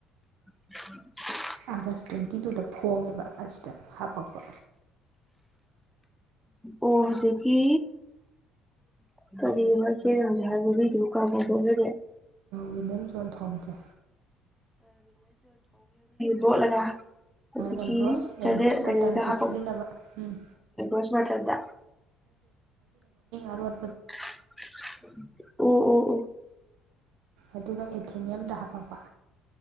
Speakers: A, in the centre; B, on the right.
A: ꯎ
B: ꯑꯥꯒꯁ ꯇ꯭ꯋꯦꯟꯇꯤ ꯇꯨꯗ ꯐꯣꯡꯉꯦꯕ ꯑꯁꯤꯗ ꯍꯥꯄꯛꯄ
A: ꯑꯣ ꯍꯧꯖꯤꯛꯀꯤ ꯀꯔꯤ ꯑꯃ ꯆꯦꯒꯦ ꯍꯥꯏꯕꯒꯤꯗꯨ ꯀꯔꯦ ꯑ ꯇꯧꯔ
B: ꯋꯤꯂꯤꯌꯝ ꯖꯣꯟ ꯊꯣꯝꯁꯦ
A: ꯗꯣꯠꯂꯒ ꯑꯗꯨꯗꯒꯤ
B: ꯑꯦꯝꯕ꯭ꯔꯣꯁ
A: ꯆꯗ
B: ꯑꯦꯝꯕ꯭ꯔꯣꯁ
A: ꯀꯩꯅꯣꯗ
B: ꯃꯇꯝꯁꯦ
A: ꯍꯥꯄ
B: ꯁꯤꯖꯤꯟꯅꯕ ꯎꯝ
A: ꯣꯁꯃꯗ
B: ꯑꯔ
A: <inaudible> ꯑꯣ ꯑꯣ ꯑꯣ
B: ꯑꯗꯨꯒ ꯑꯦꯊꯤꯅꯤꯌꯝꯗ ꯍꯥꯄꯛꯄ